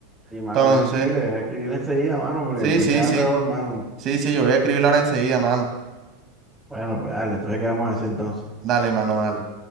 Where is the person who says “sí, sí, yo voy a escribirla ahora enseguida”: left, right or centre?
Right